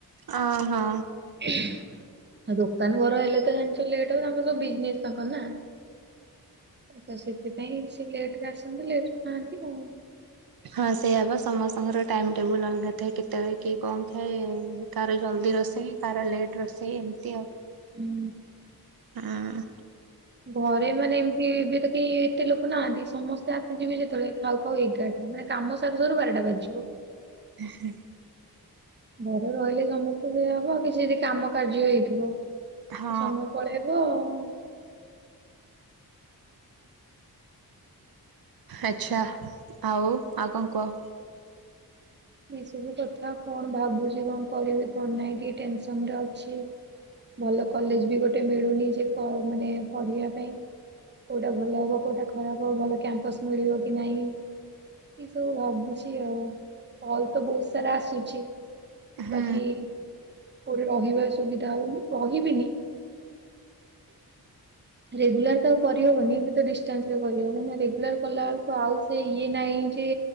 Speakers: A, on the right; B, on the right.
A: ଓ ହୋ।
B: ହୁଁ। ଆଉ ଦୋକାନ ଘର ହେଲେ ତ ଜାଣିଛ ଲେଟ୍ ହ ତାଙ୍କର ସବୁ ବିଜନେସ ତାଙ୍କର ନା ତ ସେଥିପାଇଁ ସେ ଲେଟ ରେ ଆସନ୍ତି ଲେଟରେ ଖାଆନ୍ତି ଆଉ
A: ହଁ ସେଇଆବ ସମସ୍ତଙ୍କର ଟାଇମ ଟେବୁଲ ଅଲଗା ଥାଏ କେତେବେଳେ କିଏ କଣ ଖାଏ କାହାର ଜଲ୍ଦି ରୋଷେଇ କାହାର ଲେଟ୍ ରୋଷେଇ ଏମିତି ଆଉ
B: ହୁଁ।
A: ହଁ।
B: ଘରେ ମାନେ ଏମିତି ଏବେ ତ କେହି ଏତେ ଲୋକ ନାହାନ୍ତି ସମସ୍ତେ ଆସି ଯିବେ ସେତେବେଳେ ଖାଉ ଖାଉ ଏଗାରଟା ମାନେ କାମ ସାର ସରୁ ବାରଟା ବାଜିଯିବ।
A: ହଁ ହୁଁ।
B: ଘରେ ରହିଲେ ସମସ୍ତେ ଇଆ ହବ କିଛି ଯଦି କାମ କାର୍ଯ୍ୟ ହେଇଥିବ ତ
A: ହଁ
B: ସମୟ ପଳେଇବ ହଁ।
A: ଆଛା ଆଉ ଆଉ କଣ କୁହ?
B: ଏଇ ସବୁ କଥା କଣ ଭାବୁଛି କଣ କରିବି କଣ ନାହିଁ ଟିକେ ଟେନସନ ରେ ଅଛି ଭଲ କଲେଜ ବି ଗୋଟେ ମିଳୁନି ଯେ ମାନେ ପଢିବା ପାଇଁ କୋଉଟା ଭଲ ହବ କୋଉଟା ଖରାପ ହବ ଭଲ କ୍ୟାମ୍ପସ ମିଳିବ କି ନାଇଁ? ଏ ସବୁ ଭାବୁଛି ଆଉ କଲ ତ ବହୁତ ସାରା ଆସୁଛି
A: ହୁଁ
B: ବାକି କୋଉଠି ରହିବାର ସୁବିଧା ହୋଉନି ରହିବିନି ରେଗୁଲାର ତ ଆଉ କରିହେବନି ଏବେ ତ ଡିଷ୍ଟାନ୍ସରେିବ କଲା ବେଳକୁ ରେଗୁଲାର କଲା ବଳକୁ ଆଉ ସେ ଇଏ ନାହିଁ ଯେ